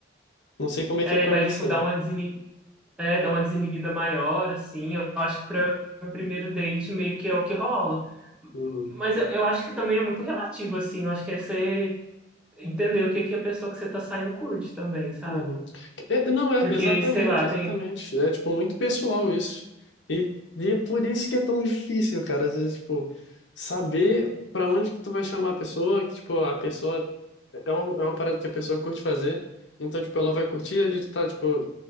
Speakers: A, on the left (about 80°); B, in the centre.
A: Não sei como é
B: é,
A: que é pra
B: vai,
A: você.
B: tipo, dar uma desini- é, dar uma desinibida maior, assim. Eu acho que pra primeiro date meio que é o que rola.
A: Uhum.
B: Mas eu, eu acho que também é muito relativo, assim. Eu acho que é você entender o que que a pessoa que você tá saindo curte também, sabe?
A: Uhum. É, é, não, é
B: Porque,
A: exatamente,
B: sei lá,
A: exatamente.
B: tem...
A: É tipo muito pessoal isso. E, e é por isso que é tão difícil, cara. Às vezes, tipo, saber pra onde que tu vai chamar a pessoa, que tipo, a pessoa é uma, é uma parada que a pessoa curte fazer. Então, tipo, ela vai curtir ele tá, tipo,